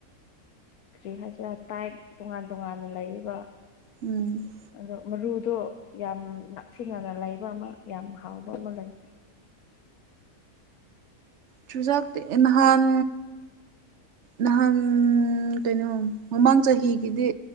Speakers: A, on the left; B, on the right.
A: ꯀꯔꯤ ꯍꯥꯏ ꯁꯤꯔ ꯇꯥꯏꯞ ꯇꯣꯉꯥꯟ ꯇꯣꯉꯥꯟꯅ ꯂꯩꯌꯦꯕ
B: ꯎꯝ
A: ꯑꯗꯣ ꯃꯔꯨꯗꯣ ꯌꯥꯝ ꯅꯛꯁꯤꯟꯅꯅ ꯂꯩꯕ ꯑꯃ ꯌꯥꯝ ꯍꯥꯎꯕ ꯑꯃ ꯂꯩ
B: ꯆꯨꯖꯥꯛꯇꯤ ꯅꯍꯥꯟ ꯅꯍꯥꯟ ꯎꯝ ꯀꯩꯅꯣ ꯃꯃꯥꯡ ꯆꯍꯤꯒꯤꯗꯤ